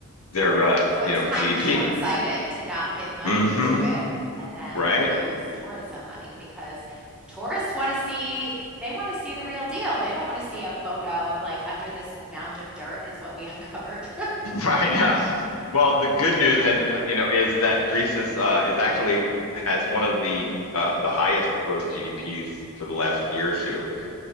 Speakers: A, on the left (about 75°); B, in the centre.
A: their uh,
B: So
A: you
B: it's
A: know
B: kind
A: GDP.
B: of short-sighted to not give money
A: mm hmm
B: to it and then
A: Right.
B: lose tourism money because tourists want to see, they want to see the real deal. They don't want to see a photo of like under this mound of dirt is what we <laughs> uncovered.
A: Right now. <laughs> Well, the good news and uh, you know is that Greece is uh, is actually has one of the uh, the highest growth GDPs for the last year or two,